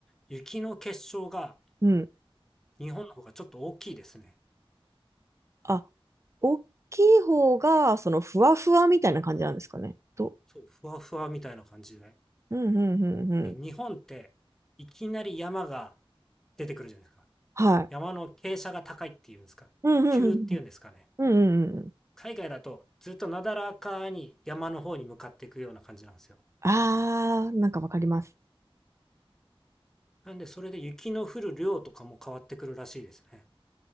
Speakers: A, in the centre; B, on the right.
A: 雪の結晶が
B: うん。
A: 日本の方がちょっと大きいですね。
B: あ、大きい方が、その、ふわふわみたいな感じなんですかねと。
A: そう、ふわふわみたいな感じで。
B: うん、うん、うん、うん。
A: で、日本って、いきなり山が出てくるじゃないですか。
B: はい。
A: 山の傾斜が高いっていうんですか、
B: うん、
A: 急っていうんですかね。
B: うん、うん。うん、うん、うん。
A: 海外だとずっとなだらかに山の方に向かっていくような感じなんですよ。
B: あー、なんかわかります。
A: なんでそれで雪の降る量とかも変わってくるらしいですね。